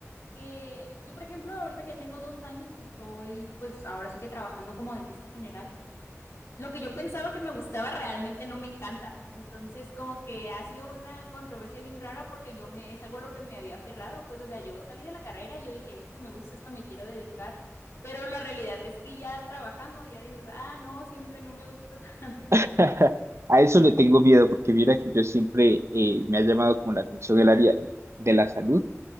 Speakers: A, on the left; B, on the right.
A: que yo, por ejemplo, ahorita que ya tengo dos años que estoy, pues ahora sí que trabajando como dentista general. lo que yo pensaba que me gustaba realmente no me encanta. Entonces, como que ha sido una controversia bien rara porque yo me, es algo a lo que me había aferrado, pues, o sea, yo salí de la carrera y yo dije, esto me gusta, esto me quiero dedicar, pero la realidad es que ya trabajando, ya dices, ah, no, siempre no me gusta <laughs> tanto.
B: <laughs> A eso le tengo miedo porque mira que yo siempre eh, me ha llamado como la atención el área de la salud